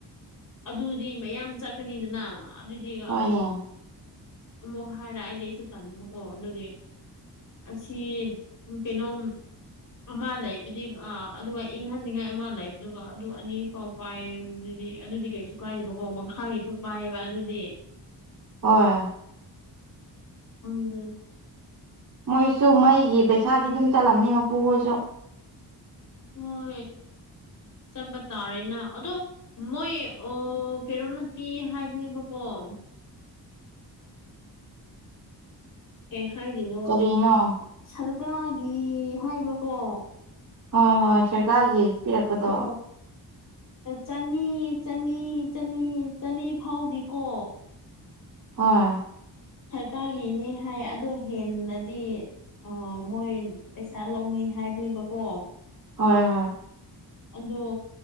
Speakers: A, on the left (about 50°); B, on the right (about 50°).
A: ꯑꯗꯨꯗꯤ ꯃꯌꯥꯝ ꯆꯠꯀꯅꯤꯗꯅ ꯑꯗꯨꯗꯤꯒ
B: ꯍꯣꯏꯅꯦ
A: ꯑꯃꯨꯛ ꯍꯥꯏꯔ ꯑꯩꯗꯤ ꯑꯩꯁꯨ ꯇꯝꯕꯀꯣ ꯑꯗꯨꯒꯤ ꯑꯁꯤ ꯀꯩꯅꯣꯝ ꯑꯃ ꯂꯩꯕꯗꯤ ꯑ ꯑꯗꯨꯒ ꯏꯪꯍꯟꯅꯤꯡꯉꯥꯏ ꯑꯃ ꯂꯩꯕꯗꯨꯒ ꯑꯗꯨ ꯑꯅꯤ ꯐꯥꯎ ꯄꯥꯏ ꯑꯗꯨꯗꯤ ꯑꯗꯨꯗꯤ ꯀꯩꯁꯨ ꯀꯥꯏꯗꯦꯕꯀꯣ ꯃꯈꯥꯒꯤꯁꯨ ꯄꯥꯏꯌꯦꯕ ꯑꯗꯨꯗꯤ
B: ꯍꯣꯏ
A: ꯍꯪ
B: ꯃꯣꯏꯁꯨ ꯃꯩꯒꯤ ꯄꯩꯁꯥꯗꯤ ꯑꯗꯨꯝ ꯆꯠꯂꯝꯅꯤ ꯃꯄꯨ ꯍꯣꯏꯁꯨ
A: ꯍꯣꯏ ꯆꯠꯄ ꯇꯥꯔꯦꯅ ꯑꯗꯣ ꯃꯣꯏ ꯑꯣ ꯀꯩꯅꯣꯝ ꯅꯨꯄꯤꯤ ꯍꯥꯏꯕꯅꯦꯕꯀꯣ ꯑ ꯀꯩ ꯍꯥꯏꯔꯤꯅꯣ
B: ꯀꯔꯤꯅꯣ
A: ꯁꯔꯀꯥꯔꯒꯤ ꯍꯥꯏꯕ꯭ꯔꯀꯣ
B: ꯍꯣꯏ ꯍꯣꯏ ꯁꯔꯀꯥꯔꯒꯤ ꯄꯤꯔꯛꯄꯗꯣ
A: ꯑꯣ ꯆꯅꯤ ꯆꯅꯤ ꯆꯅꯤ ꯆꯅꯤ ꯐꯥꯎꯗꯤꯀꯣ
B: ꯑ
A: ꯁꯔꯀꯥꯔꯒꯤꯅꯤ ꯍꯥꯏ ꯑꯗꯣ ꯍꯦꯟꯅꯗꯤ ꯑ ꯃꯣꯏ ꯄꯩꯁꯥ ꯂꯧꯅꯤ ꯍꯥꯏꯕꯅꯦꯕꯀꯣ
B: ꯍꯣꯏ ꯍꯣꯏ
A: ꯑꯗꯣ